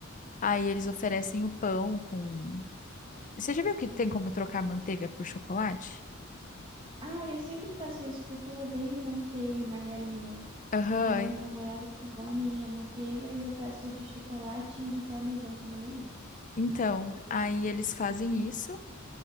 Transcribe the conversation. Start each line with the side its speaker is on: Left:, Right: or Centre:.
Left: Aí eles oferecem o pão com. Você já viu que tem como trocar manteiga por chocolate?
Right: Ah, eu sempre faço isso porque eu odeio manteiga e margarina.
Left: Aham.
Right: Aí meu namorado come a manteiga e eu peço o de chocolate e o de parmesão, que é uma delícia.
Left: Então, aí eles fazem isso